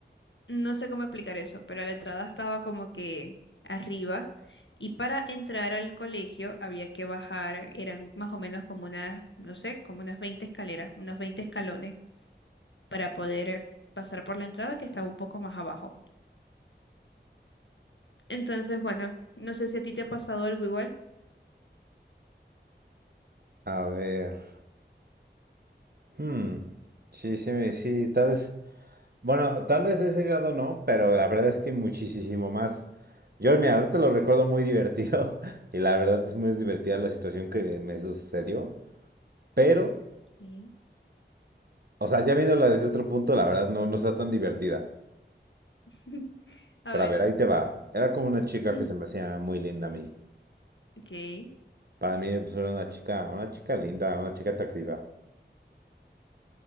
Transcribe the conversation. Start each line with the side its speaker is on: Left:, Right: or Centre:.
Left: no sé cómo explicar eso, pero la entrada estaba como que arriba y para entrar al colegio había que bajar, eran más o menos como unas, no sé, como unas 20 escaleras, unos 20 escalones para poder eh, pasar por la entrada que estaba un poco más abajo. Entonces, bueno, no sé si a ti te ha pasado algo igual.
Right: A ver. Hmm. Sí, sí, me- sí, tal vez. Bueno, tal vez de ese grado no, pero la verdad es que muchísimo más. Yo, mira, ahorita lo recuerdo muy divertido <laughs> y la verdad es muy divertida la situación que me sucedió, pero,
Left: Sí.
Right: o sea, ya viéndola desde otro punto, la verdad no, no está tan divertida.
Left: <laughs> A
Right: Pero
Left: ver.
Right: a ver, ahí te va. Era como una chica
Left: <clears throat>
Right: que se me hacía muy linda a mí.
Left: Okay,
Right: Para mí, pues era una chica, una chica linda, una chica atractiva.